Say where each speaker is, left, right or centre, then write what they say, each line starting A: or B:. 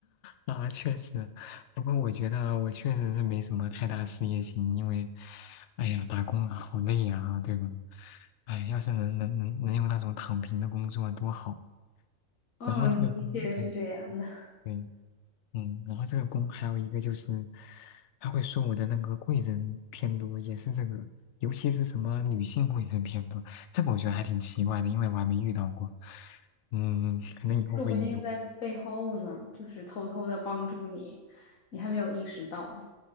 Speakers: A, on the left (about 65°); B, on the left (about 85°).
A: 啊，确实，不过我觉得我确实是没什么太大事业心，因为，哎呀，打工啊，好累呀，对吧？哎，要是能能能能有那种躺平的工作啊多好。
B: 嗯，
A: 然后这个工，
B: 的确是这样的。
A: 对对，嗯，然后这个工还有一个就是，他会说我的那个贵人偏多，也是这个，尤其是什么女性贵人偏多，这个我觉得还挺奇怪的，因为我还没遇到过。嗯，可能以后会遇到。
B: 说不定在背后呢，就是偷偷的帮助你，你还没有意识到。